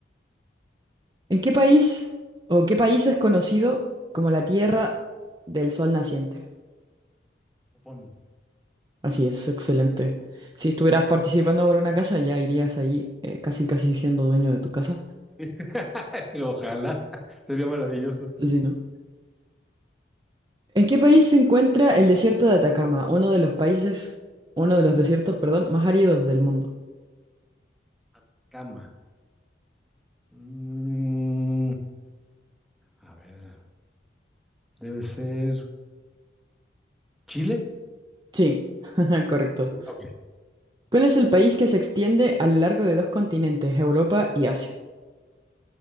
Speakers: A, on the right; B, in the centre.
A: ¿En qué país o qué país es conocido como la Tierra del Sol Naciente?
B: Japón.
A: Así es, excelente. Si estuvieras participando por una casa, ya irías allí eh, casi casi siendo dueño de tu casa.
B: <laughs> Ojalá, sería maravilloso.
A: Sí, ¿no? ¿En qué país se encuentra el desierto de Atacama, uno de los países, uno de los desiertos, perdón, más áridos del mundo?
B: Atacama. Mm, a ver, debe ser Chile.
A: Sí, <laughs> correcto.
B: Sí, ok.
A: ¿Cuál es el país que se extiende a lo largo de dos continentes, Europa y Asia?